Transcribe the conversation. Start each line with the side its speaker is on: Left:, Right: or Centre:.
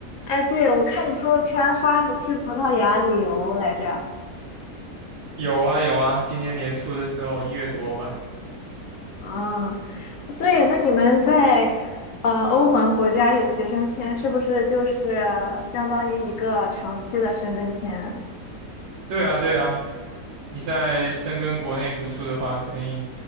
Left: 哎，对，我看你朋友圈发你去葡萄牙旅游来着。
Right: 有啊有啊，今年年初的时候一月多吧。
Left: 嗯，对，那你们在呃欧盟国家有学生签，是不是就是相当于一个长期的申根签？
Right: 对啊对啊，你在深根国内读书的话，肯定